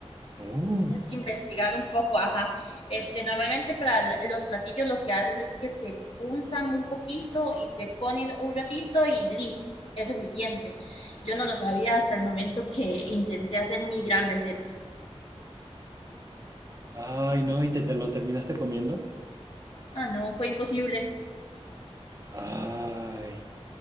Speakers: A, on the right; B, on the left.
A: Uh.
B: Tienes que investigar un poco, ajá. Este, normalmente para los platillos lo que hacen es que se punzan un poquito y se ponen un ratito y listo, es suficiente. Yo no lo sabía hasta el momento que intenté hacer mi gran receta.
A: Ay, no, ¿y te, te lo terminaste comiendo?
B: Ah, no, fue imposible.
A: Ay.